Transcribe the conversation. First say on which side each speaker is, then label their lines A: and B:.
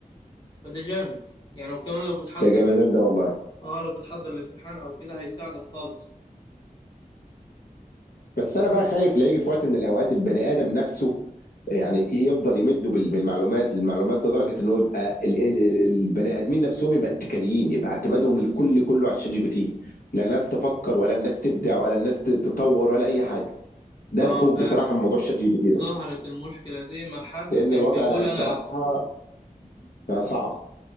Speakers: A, on the left; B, on the left.
A: فده جامد يعني وكمان لو بتحضر
B: ده جمدان
A: الح...
B: ده والله
A: اه لو بتحضر الامتحان او كده هيساعدك خالص
B: بس انا بقى خايف لا يجي في وقت من الاوقات البني ادم نفسه يعني يفضل يمده بال- بالمعلومات المعلومات لدرجه ان هو يبقى ال- ال- البني ادمين نفسهم يبقى اتكاليين يبقى اعتمادهم الكل كله على الشات جي بي تي لا الناس تفكر ولا الناس تبدع ولا الناس تتطور ولا اي حاجه ده
A: اه
B: الخوف
A: فعلا
B: بصراحه من موضوع الشات جي بي تي
A: ظهرت
B: ده
A: المشكلة دي ما حد
B: لان
A: كان
B: الوضع
A: بيقول
B: انا بصراحه
A: أنا
B: بقى صعب